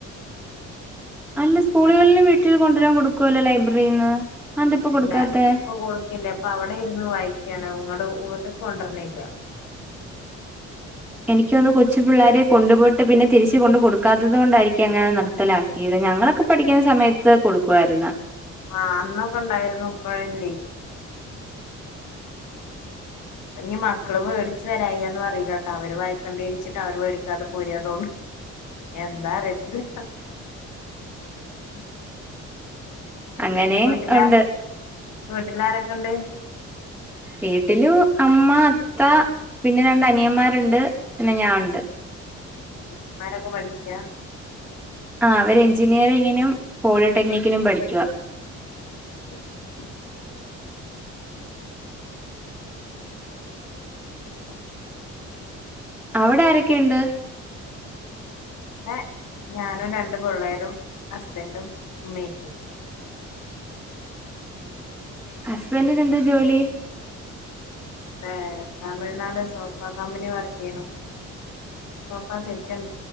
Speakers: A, in the centre; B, on the left.
A: അല്ല സ്കൂളുകളിലും വീട്ടിൽ കൊണ്ടുവരാൻ കൊടുക്കുവല്ലോ ലൈബ്രറിന്ന് അതെന്തിപ്പോ കൊടുക്കാത്തെ
B: അല്ല ഇപ്പൊ കൊടുക്കല്ലേ അപ്പൊ അവിടെ ഇരുന്ന് വായിക്കയാണ് ഇങ്ങട് വീട്ട്ക്ക് കൊണ്ടര്ണില്ല
A: എനിക്കൊന്ന് കൊച്ചു പിള്ളേര് കൊണ്ടുപോട്ട് പിന്നെ തിരിച്ച് കൊണ്ട് കൊടുക്കാത്തത് കൊണ്ടായിരിക്കും അങ്ങനെ നിർത്തലാക്കിയത് ഞങ്ങളൊക്കെ പഠിക്കുന്ന സമയത്ത് കൊടുക്കു ആയിരുന്നു
B: ആഹ അന്നൊക്കെ ഇണ്ടായിരുന്നു ഇപ്പഴല്ലേ ഇനി മക്കള് പേടിച്ച് വരയാന്ന് പറയില്ലട്ടോ അവര് വായിക്കേണ്ടിരിച്ചിട്ട് അവര് പേടിക്കാതെ പോരാ തോന്നി. എന്താ അറിയത്തി <unintelligible> പിന്നെ
A: അങ്ങനെയും
B: വീട്ടിലാ
A: ഉണ്ട്
B: വീട്ടിലാരാ <unintelligible> ണ്ട്
A: വീട്ടിലു അമ്മ അത്ത പിന്നെ രണ്ടനിയന്മാരുണ്ട് പിന്നെ ഞാനുണ്ട്.
B: അവന്മാരൊക്കെ പഠിക്കാ?
A: ആ അവര് എഞ്ചിനിയറിങ്ങിനും പോളിടെക്നിക്കിനും പഠിക്കുവ.
B: <inaudible> <unintelligible>
A: അവിടെ ആരൊക്കെയുണ്ട്?
B: ഏ ഞാനും രണ്ടു പിള്ളേരും ഹസ്ബൻ്റും ഉമ്മയുണ്ട്
A: ഹസ്ബൻഡിന് എന്താ ജോലി?
B: ന്നെ തമിഴ്നാട് സോഫ കമ്പനീ വർക്ക് ചെയ്യണു സോ ആ സെക്കാൻ